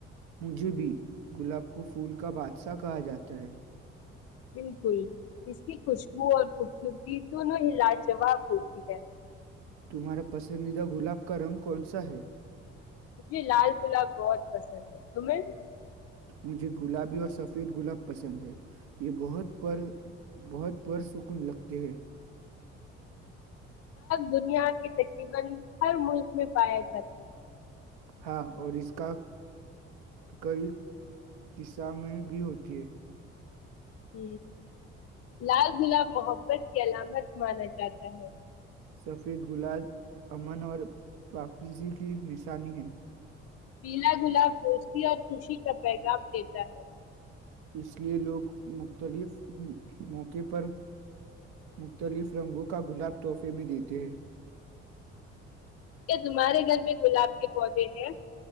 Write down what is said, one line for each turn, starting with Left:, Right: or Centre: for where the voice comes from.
Right: مجھے بھی گلاب کو پھول کا بادشاہ کہا جاتا ہے
Left: بالکل اس کی خوشبو اور خوبصورتی دونوں ہلا جواب ہوتی ہے
Right: تمہارا پسندیدہ گلاب کا رنگ کون سا ہے
Left: مجھے لال گلاب بہت پسند ہے تمیں
Right: مجھے گلابی اور سفید گلاب پسند ہے یہ بت بہت پرسکون لگتے ہے
Left: دنیا کی تقریبا ہر ملک میں <unintelligible>
Right: ہاں اور اس کا کئی قصہ میں بھی ہوتی ہے
Left: ہ لال گلاب محبت کی علامت مانا جاتا ہے
Right: سفید گلاب امن اور پاکیزی کی نشانی ہے
Left: بین گلاب دوستی اور خوشی کا پیغام دیتا ہے
Right: اس لئے لوگ مختلف موقع پر مختلف رنگوں کا گلاب تحفے میں دیتے ہیں
Left: کیا تمہارے گھر میں گلاب کے پودے ہیں